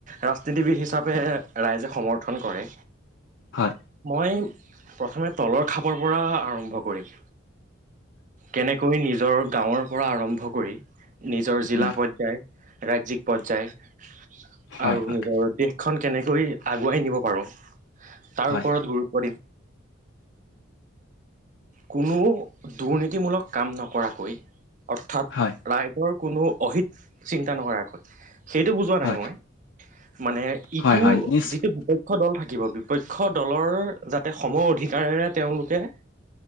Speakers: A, on the right; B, on the left.
A: ৰাজনীতিবিদ হিচাপে ৰাইজে সমৰ্থন কৰে।
B: হয়ঁ।
A: মই প্ৰথমে তলৰ খাপৰ পৰা আৰম্ভ কৰিম। কেনেকৈ নিজৰ গাঁৱৰ পৰা আৰম্ভ কৰি নিজৰ জিলা
B: উম
A: পৰ্যায়- ৰাজ্যিক পৰ্যায়
B: হয়
A: আৰু
B: হয়
A: নিজৰ দেশ- খন কেনেকৈ আগুৱাই নিব পাৰোঁ তাৰ
B: হয়
A: ওপৰত গুৰুত্ব দিম। কোনো দুৰ্নীতিমূলক কাম নকৰাকৈ অৰ্থাৎ
B: হয়
A: ৰাইজৰ- কোনো অহিত চিন্তা নকৰাকৈ- সেইটো বুজোৱা
B: হয়
A: নাই মই মানে ইটোৰ
B: হয় হয় নিশ্চয়
A: যিটো- বিপক্ষ দল থাকিব বিপক্ষ দলৰ যাতে সমৰ অধিকাৰেেৰে তেওঁলোকে-